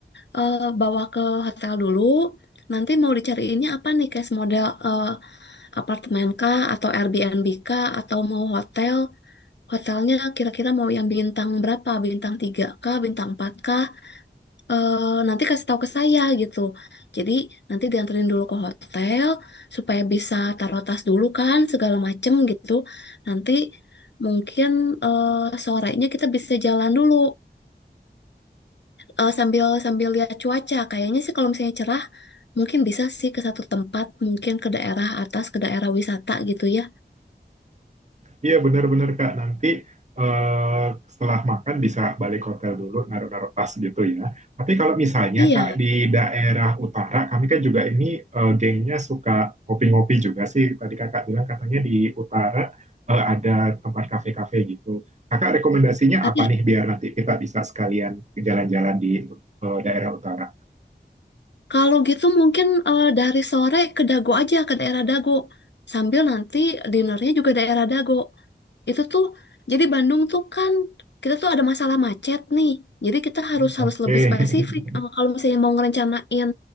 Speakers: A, on the left (about 70°); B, on the right (about 40°).
A: eh, bawa ke hotel dulu. Nanti mau dicariinnya apa nih, case model eh, apartemen kah atau Airbnb kah atau mau hotel? Hotelnya kira-kira mau yang bintang berapa? Bintang 3 kah, bintang 4 kah? Eh, nanti kasih tahu ke saya gitu. Jadi nanti dianterin dulu ke hotel supaya bisa taruh tas dulu kan segala macem gitu. Nanti mungkin eh, sorenya kita bisa jalan dulu eh, sambil sambil lihat cuaca. Kayaknya sih kalau misalnya cerah, mungkin bisa sih ke satu tempat, mungkin ke daerah atas, ke daerah wisata gitu ya.
B: iya benar-benar Kak, nanti eh, setelah makan bisa balik hotel dulu, naruh-naruh tas gitu ya. Tapi kalau misalnya
A: Iya,
B: Kak di daerah utara, kami kan juga ini eh, gengnya suka ngopi-ngopi juga sih. Tadi Kakak bilang katanya di utara eh, ada tempat kafe-kafe gitu. Kakak rekomendasinya
A: ada
B: apa nih biar nanti kita bisa sekalian jalan-jalan di eh, daerah utara?
A: Kalau gitu mungkin eh, dari sore ke Dago aja ke daerah Dago. Sambil nanti dinernya juga daerah Dago. Itu tuh jadi Bandung tuh kan kita tuh ada masalah macet nih. Jadi kita harus
B: Oke.
A: harus lebih spesifik.
B: <laughs>
A: Eh, kalau misalnya mau ngerencanain